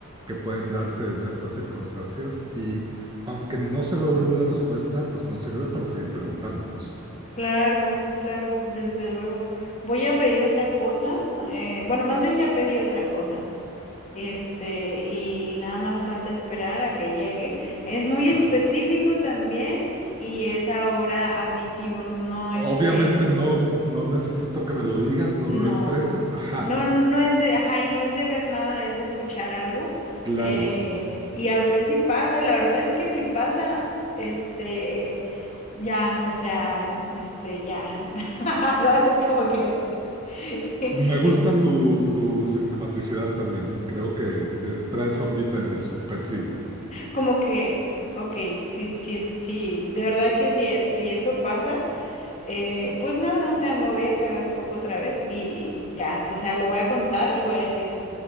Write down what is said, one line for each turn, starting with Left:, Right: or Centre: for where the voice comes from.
Right: que pueden darse en estas circunstancias. Y aunque no se logre una respuesta, pues nos sirve para seguir preguntándonos.
Left: claro, claro, pues, desde luego. Voy a pedir otra cosa, eh, bueno, más bien ya pedí otra cosa, este, y nada más falta esperar a que llegue. Es muy específico
Right: Ah,
Left: también y es ahora auditivo, no, no este...
Right: Obviamente no, no necesito que me lo digas, no
Left: No,
Right: lo expreses, ajá.
Left: no, no es de, ajá, y no es de ver nada, es de escuchar algo.
Right: Claro,
Left: eh, y a ver si pasa, la verdad es que si pasa, este, ya, o sea, este, ya, <laughs> ¿sabes? Como que, <laughs>
Right: Me gusta tu, tu sistematicidad también. Creo que te- traes ondita en eso, percibo.
Left: como que, ok, sí, sí, sí, de verdad que si, eh, si eso pasa, eh, pues nada, o sea, me voy a cagar un poco otra vez y ya, o sea, lo voy a contar y voy a decir.